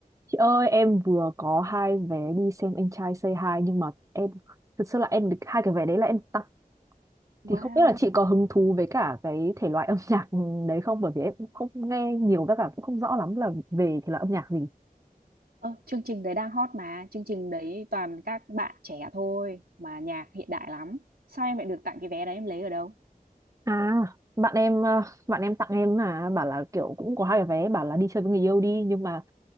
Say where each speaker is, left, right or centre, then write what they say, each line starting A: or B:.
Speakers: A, on the right; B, on the right.
A: Chị ơi, em vừa có hai vé đi xem anh trai Say Hi nhưng mà em thực sự là em được hai cái vé đấy là em tặng
B: Wow.
A: thì không biết là chị có hứng thú với cả cái thể loại âm nhạc đấy không bởi vì em cũng không nghe nhiều với cả cũng không rõ lắm là về thể loại âm nhạc gì.
B: Ơ, chương trình đấy đang hot mà, chương trình đấy toàn các bạn trẻ thôi mà nhạc hiện đại lắm. Sao em lại được tặng cái vé đấy em lấy ở đâu?
A: À, bạn em ờ, bạn em tặng em mà bảo là kiểu cũng có hai cái vé bảo là đi chơi với người yêu đi nhưng mà